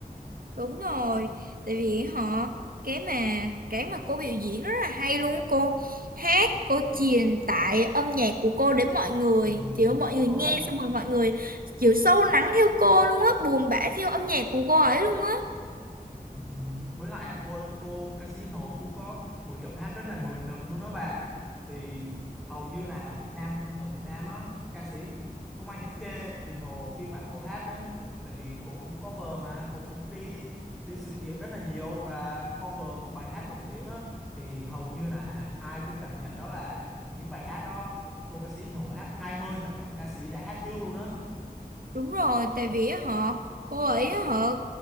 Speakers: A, on the right; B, in the centre.
A: Đúng rồi, tại vì họ cái mà cái mà cô biểu diễn rất là hay luôn á cô hát cô truyền tải âm nhạc của cô đến mọi người
B: Ừm,
A: kiểu mọi
B: đúng
A: người
B: rồi
A: nghe
B: á
A: xong rồi mọi người kiểu sâu lắng theo cô luôn á buồn bã theo âm nhạc của cô ấy luôn á
B: Ừ. Với lại là cô cô Casino cũng có một giọng hát rất là nổi bật luôn đó bạn thì hầu như là ở Việt Nam ở Việt Nam á ca sĩ không ai dám chê Hiền Hồ khi mà cô hát nữa tại vì cô cũng cover mà cô cũng đi đi sự kiện rất là nhiều và cover một bài hát nổi tiếng á thì hầu như là ai cũng cảm nhận đó là những bài hát đó cô ca sĩ Hiền Hồ hát hay hơn là cả ca sĩ đã hát trước luôn á
A: Đúng rồi, tại vì á họ cô ấy á, họ